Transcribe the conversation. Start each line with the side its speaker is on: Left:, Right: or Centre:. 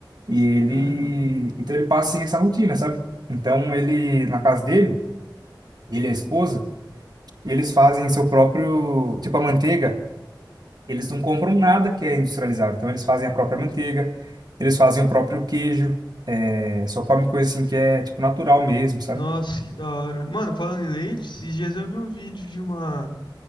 Right: E ele,
Left: Caramba.
Right: então ele passa sem essa rotina, sabe? Então ele, na casa dele, ele e a esposa, eles fazem seu próprio, tipo a manteiga, eles não compram nada que é industrializado. Então eles fazem a própria manteiga, eles fazem o próprio queijo, é, só comem coisa assim que é tipo natural mesmo, sabe?
Left: Nossa, que da hora. Mano, falando em leite, esses dias eu vi um vídeo de uma